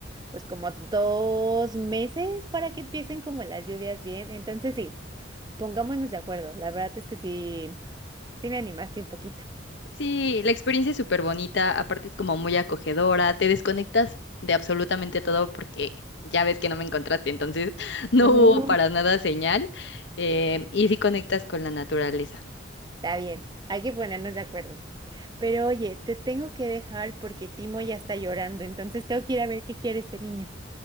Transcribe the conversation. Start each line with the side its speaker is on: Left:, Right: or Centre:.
Right: pues como dos meses para que empiecen como las lluvias bien. Entonces sí, pongámonos de acuerdo. La verdad es que sí, sí me animaste un poquito.
Left: Sí, la experiencia es súper bonita, aparte es como muy acogedora, te desconectas de absolutamente todo porque ya ves que no me encontraste, entonces <laughs> no
Right: No,
Left: hubo para nada señal eh, y sí conectas con la naturaleza.
Right: Está bien, hay que ponernos de acuerdo. Pero oye, te tengo que dejar porque Timo ya está llorando, entonces tengo que ir a ver qué quiere este niño.